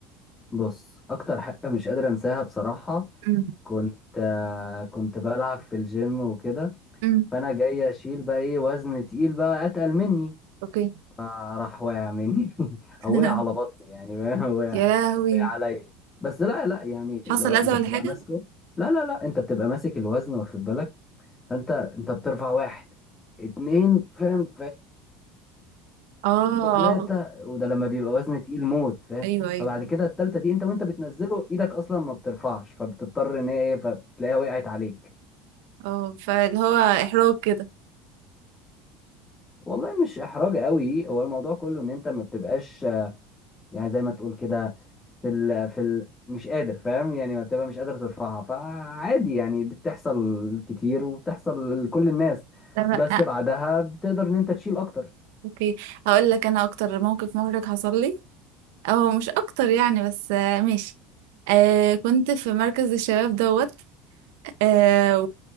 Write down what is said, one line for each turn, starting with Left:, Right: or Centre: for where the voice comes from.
Left: بص اكتر حاجه مش قادر انساها بصراحه
Right: أم،
Left: كنت آه، كنت بلعب في الجيم وكده
Right: أم،
Left: فانا جاي اشيل بقى ايه وزن تقيل بقى اتقل مني
Right: أوكي
Left: فراح واقع مني <laughs>
Right: <laughs>
Left: او وقع على بطني يعني <laughs> وقع
Right: يا لهوي
Left: وقع عليا بس لا لا يعني لو
Right: حصل
Left: انت
Right: أذى ولا
Left: بتبقى
Right: حاجة؟
Left: ماسكه لا لا لا انت بتبقى ماسك الوزن واخد بالك فانت انت بترفع واحد اتنين فاهم
Right: آه
Left: ثلاثة وده لما بيبقى وزن تقيل موت فاهم
Right: أيوه أيوه
Left: فبعد
Right: أيوة.
Left: كده التالتة دي انت وانت بتنزله ايدك اصلا ما بترفعش فبتضطر ان هي ايه فبتلاقيها وقعت عليك
Right: اه فاللي هو إحراج كده
Left: والله مش احراج قوي هو الموضوع كله ان انت ما بتبقاش آه، يعني زي ما تقول كده في ال في ال مش قادر فاهم يعني ما بتبقى مش قادر ترفعها فعادي يعني دي بتحصل كتير وبتحصل لكل الناس
Right: تمام
Left: بس
Right: آه.
Left: بعدها بتقدر ان انت تشيل اكتر
Right: أوكي هقول لك أنا أكتر موقف محرج حصل لي أو مش أكتر يعني بس آه، ماشي آه كنت في مركز الشباب دوت آه